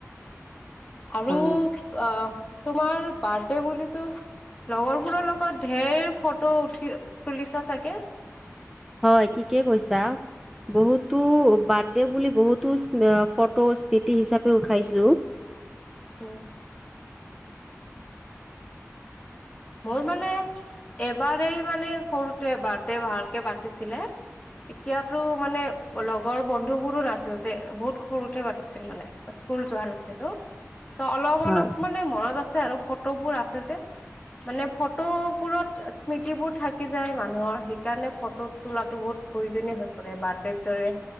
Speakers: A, on the left (about 20°); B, in the centre.
A: আৰু
B: অ
A: অ তোমাৰ বাৰ্থ ডে বুলিটো লগৰবোৰৰ লগত ধেৰ ফটো উঠি তুলিছা চাগে,
B: হয়। ঠিকেই কৈছা বহুতো বাৰ্থডে বুলি বহুতো ফটো স্মৃতি হিচাপে উঠাইছো।
A: উ মোৰ মানে এবাৰেই মানে সৰুতে বাৰ্থডে ভালকে পাতিছিলে। এতিয়াতো মানে লগৰ বন্ধুবোৰো নাছিল বহুত সৰুতে পাতিছিল মানে স্কুল যোৱা নাছিলো। ত অলপ
B: হয়
A: অলপ মানে মনত আছে আৰু, ফটোবোৰ আছে যে। মানে ফটোবোৰত স্মৃতিবোৰ থাকি যায় মানুহৰ সেইকাৰণে ফটো তোলাটো বহুত প্ৰয়োজনীয় হৈ পৰে বাৰ্থডেৰ দৰে